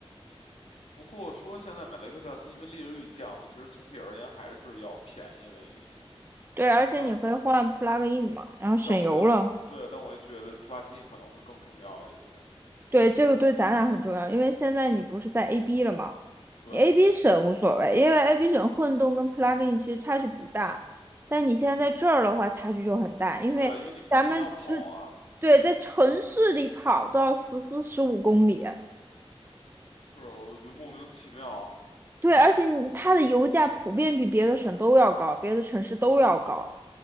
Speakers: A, on the left; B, on the right.
A: 不过说现在买雷克萨斯，因为利率降了，其实总体而言还是要便宜了一些。
B: 对，而且你可以换
A: 但
B: plug in 嘛，然后省油了。
A: 但我觉得，对，但我也觉得 plug-in 可能会更重要一些。
B: 对，这个对咱俩很重要，因为现在你不是在 AB 了吗？
A: 对
B: 你 AB 省无所谓，因为 AB 省混动跟 plug in 其实差距不大，但你现在在这儿的话差距就很大，因为咱们是，
A: 对啊，因为你经常跑啊，
B: 对在城市里跑都要十四十五公里，
A: 是吧？我觉得莫名其妙。
B: 对，而且你它的油价普遍比别的省都要高，别的城市都要高。